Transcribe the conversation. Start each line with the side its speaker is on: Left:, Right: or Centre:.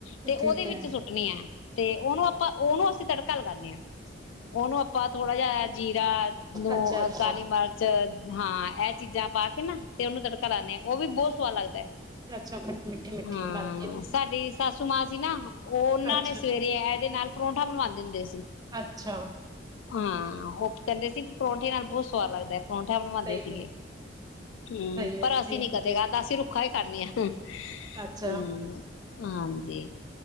Left: ਤੇ ਓਹਦੇ
Right: ਠੀਕ
Left: ਵਿੱਚ
Right: ਹੈ
Left: ਸੁੱਟਣੀ ਐ। ਤੇ ਓਹਨੂੰ ਅਪਾਂ ਓਹਨੂੰ ਅਸੀਂ ਤੜਕਾ ਲਗਾਨੇ ਆਂ। ਓਹਨੂੰ ਅਪਾਂ ਥੋੜ੍ਹਾ ਜਾ ਜੀਰਾ ਨੂੰ
Right: ਅੱਛਾ ਅੱਛਾ
Left: ਕਾਲੀ ਮਰਚ ਹਾਂ ਐ ਚੀਜ਼ਾਂ ਪਾ ਕੇ ਨਾ ਤੇ ਔਨੂੰ ਤੜਕਾ ਲਾਂਦੇ ਆ ਔ ਵੀ ਬੌਤ ਸ ਸਵਾਦ ਲੱਗਦੈ‌।
Right: ਅੱਛਾ ਖੱਟੀ ਮਿੱਠੀ ਮਿੱਠੀ
Left: ਹਾਂ
Right: ਬਣਦੀ
Left: ਸਾਡੀ ਸੱਸ ਸੁਮਾਸੀ ਨਾ ਔਹਨਾਂ
Right: ਨਾ ਅੱਛਾ
Left: ਨੇ ਸਵੇਰੇ ਐਦੇ ਨਾਲ ਪਰੌਂਠਾ ਬਣਵਾਂਦੇ ਹੁੰਦੇ ਸੀ।
Right: ਅੱਛਾ।
Left: ਹਾਂ, ਔ ਕਿ ਕੈੰਦੇ ਸੀ ਪਰੌਂਠੇ ਨਾਲ ਬੌਤ ਸਵਾਦ ਲੱਗਦੈ। ਪਰੌਂਠਾ ਬਣਵਾਂਦੇ
Right: ਸਹੀ
Left: ਸੀਗੇ,
Right: ਹੈ
Left: ਹਮ,
Right: ਸਹੀ ਹੈ
Left: ਪਰ
Right: ਵਧੀਆ
Left: ਅਸੀਂ ਨੀ
Right: ਵਧੀਆ
Left: ਕਦੇ ਅਸੀਂ ਰੁੱਖਾ ਖਾਦਾ ਖਾਣਿ ਆ ਹਮ।
Right: ਅੱਛਾ
Left: ਹਮ ਹਾਂਜੀ